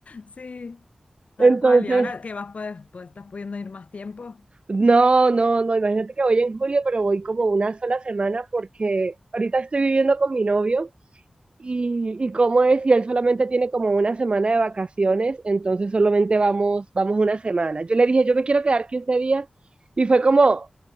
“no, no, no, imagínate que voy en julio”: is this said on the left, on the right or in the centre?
Right